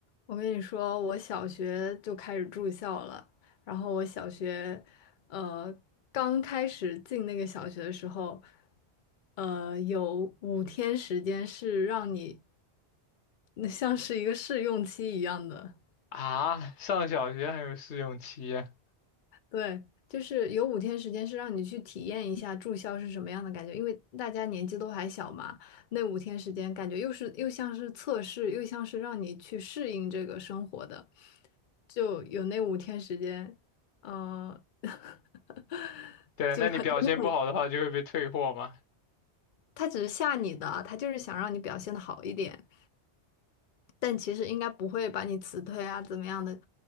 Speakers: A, on the left (about 55°); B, on the left (about 80°).
A: 我跟你说，我小学就开始住校了。然后我小学，呃，刚开始进那个小学的时候，呃，有五天时间是让你，那像是一个试用期一样的。
B: 啊，上小学还有试用期？呀？
A: 对，就是有五天时间是让你去体验一下住校是什么样的感觉，因为大家年纪都还小嘛，那五天时间感觉又是又像是测试，又像是让你去适应这个生活的，就有那五天时间，呃，<laughs>
B: 对，
A: 就很真的很，
B: 那你表现不好的话就会被退货嘛。
A: 他只是吓你的，他就是想让你表现的好一点。但其实应该不会把你辞退啊，怎么样的？